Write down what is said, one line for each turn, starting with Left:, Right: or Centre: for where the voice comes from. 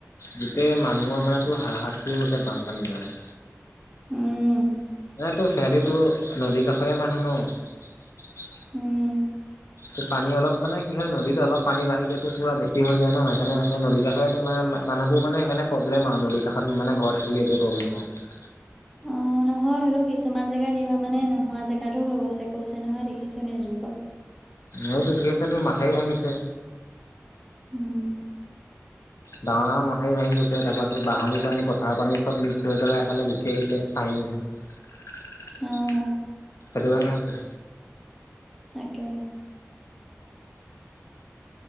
Left: গোটেই মানুহৰ মানে তোৰ হাৰা শাস্তি হৈছে বানপানী কাৰণে।
Centre: উম।
Left: এ তোৰ সিহঁতি তোৰ নদীৰ কাষৰীয়া মানুহ ন?
Centre: উম।
Left: ত পানী অলপ মানে কি হয় নদীত অলপ পানী বাঢ়িলেত তো পুৰা বেছি হৈ যায় ন সেইকাৰণে তটা নদী কষৰে তোমাৰ মানুহবোৰ মানে সেইকাৰে প্ৰব্লেম আৰু নদীৰ কাষত ঘৰ থাকিলি এইটোৱেই প্ৰব্লেম আৰু।
Centre: অ', নহয় হ'লেও কিছু জেগাতা এইবাৰ মানে নোহোৱা জেগাতো হৈ গৈছে, কৈছে নহয় দেখিছো নিউজবুকত।
Left: এইতটো কি আছে তাৰ মাথাইৰি ভাঙিছে।
Centre: উম।
Left: ডাঙৰ ডাঙৰ মাঠৰি ভঙি গৈছে, তাৰপৰা তোৰ বাহানী পানী, পথাৰৰ পানী চব মিক্স হৈ পেলাই এফালে গুচি আহিছে। <unintelligible>
Centre: অ',
Left: সেইটো কাৰণে হৈছে।
Centre: তাকে।